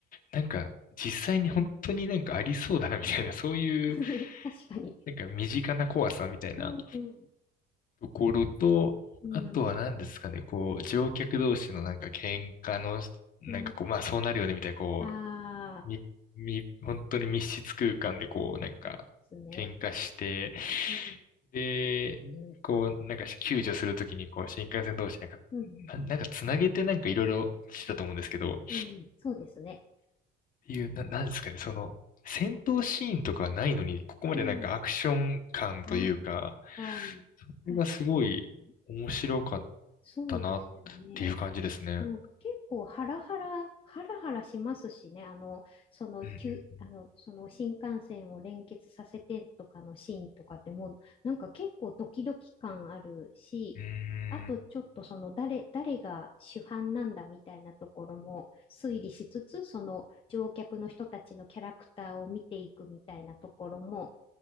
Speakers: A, on the left; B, on the left.
A: なんか実際に本当になんかありそうだなみたいな、そういう
B: <laughs> 確かに。
A: なんか身近な怖さみたいな
B: うん。
A: ところと、
B: うん。
A: あとは何ですかね、こう乗客同士のなんか喧嘩の、なんかこう、
B: う
A: まあそうなるよねみたいな、こ
B: ん。ああ、
A: み、み、本当に密室空間でこう、なんか、
B: そうですね。
A: 喧嘩して、
B: うん。
A: で、こう、なんか救助するときに、こう、新幹線同士なんか、
B: うん。
A: な、なんかつなげてなんかいろいろしてたと思うんですけど、っ
B: うん。うんそうですね。
A: ていう、な、なんですかね、その、戦闘シーンとかはないのに、ここまでなんかアクション感というか、
B: うん。ああ、
A: これがすごい面白かっ
B: 確かに。そうですよね。
A: たなっていう感じですね。
B: うん、結構ハラハラ、ハラハラしますしね、あの、その、
A: うん
B: 急あの、その新幹線を連結させてとかのシーンとかでもなんか結構ドキドキ感あるし、
A: うんうん。
B: あとちょっとその誰、
A: うーん。
B: 誰が主犯なんだみたいなところも推理しつつ、その乗客の人たちのキャラクターを見ていくみたいなところも、